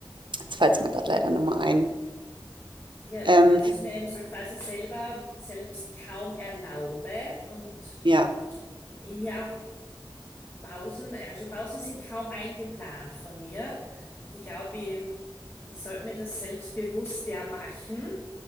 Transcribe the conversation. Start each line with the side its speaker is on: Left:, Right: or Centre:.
Right: Jetzt fällt es mir gerade leider nochmal ein.
Left: Ja,
Right: Ähm,
Left: dass ich es mir eben so quasi selber selbst kaum erlaube und
Right: ja.
Left: in mir auch Pausen, also Pausen sind kaum eingeplant von mir. Und ich glaube, ich, ich sollte mir das selbst bewusster machen,